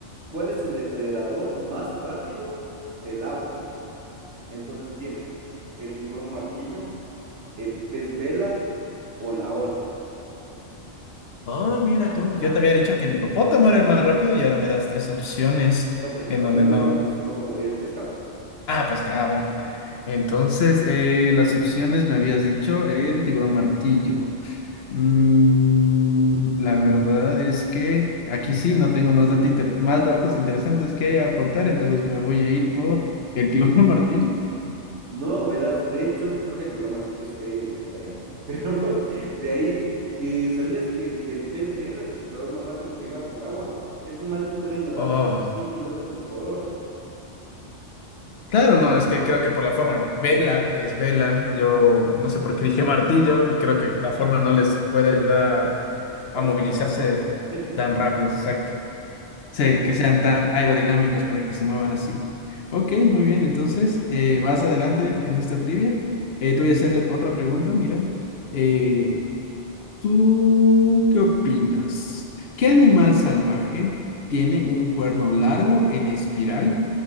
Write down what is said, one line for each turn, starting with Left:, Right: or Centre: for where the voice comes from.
Right: ¿Cuál es el depredador más rápido del agua? Entonces tienes el tiburón martillo, el pez vela o la orca.
Left: Oh, mira tú, yo te había dicho que el hipopótamo era el más rápido y ahora me das tres opciones
Right: No, pero es que
Left: en
Right: no,
Left: donde
Right: no es
Left: no.
Right: mamífero, sino es pescado.
Left: Ah, pues que, ah, bueno. Entonces, eh, las opciones me habías dicho el tiburón martillo. Mm, la verdad es que aquí sí no tengo más, data inter- más datos interesantes que aportar, entonces me voy a ir por el tiburón <laughs> martillo.
Right: No, verás, de hecho, creo que el tiburón martillo es, es vegetariano, <laughs> pero de ahí, eh, ¿sabías que el, el pez vela es el depredador más rápido que hay bajo el agua? Estos manes pueden nadar
Left: Oh.
Right: a más de 100 kilómetros por hora.
Left: Claro, no, es que creo que por la forma, vela, es vela, yo no sé por qué dije martillo, creo que la forma no les puede ayudar
Right: para
Left: a, a movilizarse
Right: ser tan rápidos. <laughs>
Left: tan rápido, o sea, que, se-
Right: Claro,
Left: que sean tan aerodinámicos para que se muevan así. Ok,
Right: ¿verdad?
Left: muy
Right: Veré.
Left: bien, entonces eh, vas adelante en esta trivia. Eh, te voy a hacer otra pregunta, mira. eh, ¿Tú qué opinas? ¿Qué animal salvaje tiene un cuerno largo en espiral